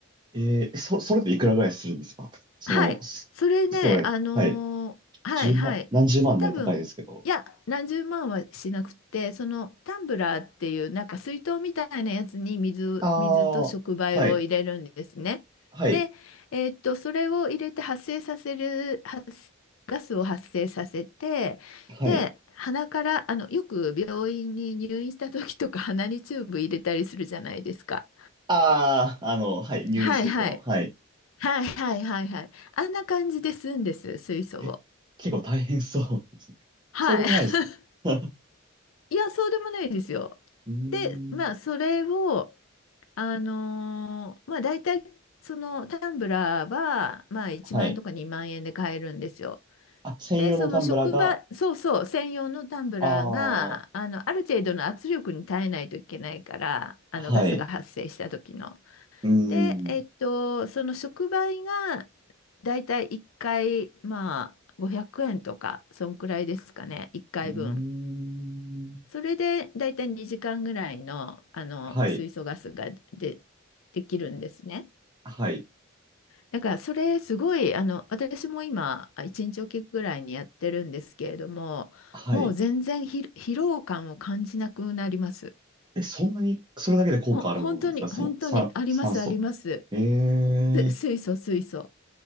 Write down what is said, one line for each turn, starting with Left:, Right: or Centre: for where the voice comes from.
Right: えー、そ、それっていくらぐらいするんですかその、
Left: はい。
Right: そそれ、
Left: それね、あのーはいはい。
Right: はい。1万、何十万ね、
Left: 多分、
Right: 高いですけど。
Left: いや、何十万はしなくて、そのタンブラーっていう、なんか水筒みたいなやつに水、
Right: あ
Left: 水と触媒を入れるんですね。
Right: あ、はい。はい。
Left: で、えーっと、それを入れて発生させる、発ガスを発生させて、
Right: はい。
Left: で、鼻から、あの、よく病院に入院した時とか鼻にチューブ入れたりするじゃないですか。
Right: ああ、あの、はい。入院する人の、
Left: はいはい。
Right: はい。
Left: はいはいはいはい。あんな感じで吸うんです、水素を。
Right: え、結構大変そうですね。<laughs>
Left: はい。
Right: そうでもないですか
Left: <laughs>
Right: <laughs> う
Left: いや、そうでもないですよ。
Right: ーん。
Left: で、まあ、それを、あのーまあ、大体、そのタンブラーは、まあ、1万円とか2万円で買えるんですよ。
Right: はい。あ、専用のタンブラーが、
Left: で、その職場、そうそう、専用のタンブラーが、
Right: ああ、
Left: あの、ある程度の圧力に耐えないといけないから、あの、
Right: はい。
Left: ガスが発生した時の。
Right: うー
Left: で、えっと、
Right: ん。
Left: その触媒がだいたい1回、まあ、500円とか、そんくらいですかね、1回分。
Right: うーん。
Left: それでだいたい2時間ぐらいの、あの水素ガスがで、
Right: はい。
Left: できるんですね。
Right: はい。
Left: だからそれすごいあの私も今1日おきぐらいにやってるんですけれどももう全然ひ疲労感を感じなくなります。
Right: はい。え、そんなに、それだけで効果あるものなんですかその、
Left: ほ本当に本当にありますあります。
Right: 酸、酸素。え
Left: す水素水素。